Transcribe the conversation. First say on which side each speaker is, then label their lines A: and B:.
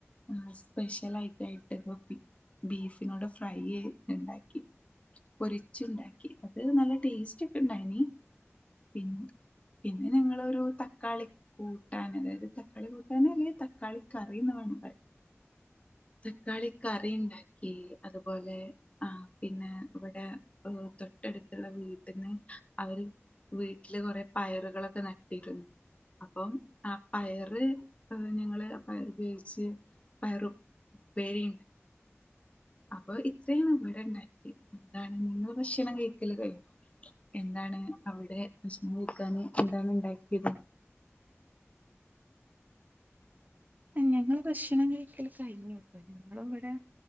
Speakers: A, on the left; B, on the right.
A: ഉം സ്പെഷ്യൽ ആയിട്ടായിട്ട് <unintelligible> ബീഫിനോട് ഫ്രൈയ് ഇണ്ടാക്കി. പൊരിച്ചുണ്ടാ ക്കി. അത് നല്ല ടേസ്റ്റ് ഒക്കെ ഉണ്ടായിനി. പിന് പിന്നെ ഞങ്ങളൊരു, തക്കാളി കൂട്ടാന് അതായത് തക്കാളി കൂട്ടാൻ അല്ല തക്കാളി കറി എന്ന് വേണം പറയാ. തക്കാളി കറി ഇണ്ടാ ക്കി. അതുപോലെ ആഹ് പിന്നെ ഇവിടെ മു തൊട്ടടുത്തുള്ള വീട്ടിന്ന്, അവര് വീട്ടില് കൊറേ പയറുകളൊക്കെ നട്ടിരുന്നു. അപ്പം ആഹ് പയറ് ഞങ്ങള് പയറ് ഉപയോഗിച്ച് പയർ ഉപ്പേരി, അപ്പൊ ഇത്രേണ് ഇവിടെ ഉണ്ടാക്കിയത്. എന്താണ് നിങ്ങള് ഭക്ഷണം കഴിക്കല് കഴിഞ്ഞോ? എന്താണ് അവിടെ ഭക്ഷണം കയിക്കാന് എന്താണ് ഉണ്ടാക്കിയത്?
B: ഞങ്ങള് ഭക്ഷണം കഴിക്കല് കഴിഞ്ഞു. ഇപ്പം ഞങ്ങളിവിടെ